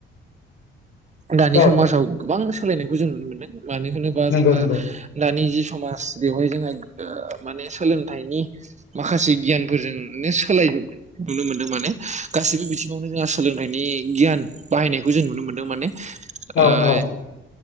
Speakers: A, on the left; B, on the right.
A: <unintelligible>
B: दानि
A: औ
B: समाजाव गोबां सोलायनायखौ जों नुनो मोनदों मानो होनोबा
A: नंगौ
B: जोंहा
A: नंगौ
B: दानि जि समाज बेवहाय जोंहा ओ माने सोलोंथाइनि माखासे गियानफोरजोंनो सोलाय <unintelligible> नुनो मोन्दों माने गासैबो बिथिङावनो जोंहा सोलोंथाइनि गियान बाहायनायखौ जों नुनो मोन्दों माने
A: औ
B: ओ
A: औ।